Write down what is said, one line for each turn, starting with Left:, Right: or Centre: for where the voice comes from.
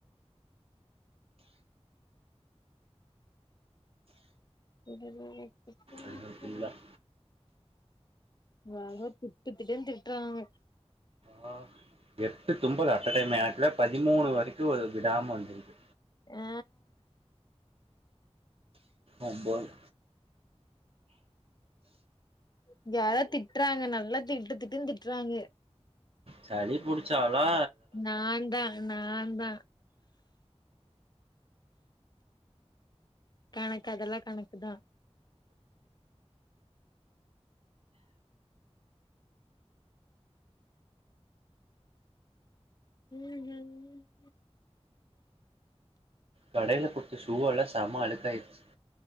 Left: <inaudible>
Right: அல்ஹம்துலில்லாஹ்.
Left: எங்கவா திட்டு திட்டுன் திட்றாங்க
Right: ஆ எட்டு தும்பலு அட்ட டைமு எனக்குலா பதிமூணு வரைக்கு வ விடாம வந்துருக்கு
Left: ஆ
Right: ஒம்போது
Left: இங்க யாரோ திட்றாங்க நல்லா திட்டு திட்டுன் திட்றாங்க
Right: சளி புடிச்சாலா
Left: நா தா நா தா கணக்கு அதல்லா கணக்கு தா ம் ஹூ
Right: கடைல குத்த ஷூ வல்லா செம அழுக்காய்ரிச்சு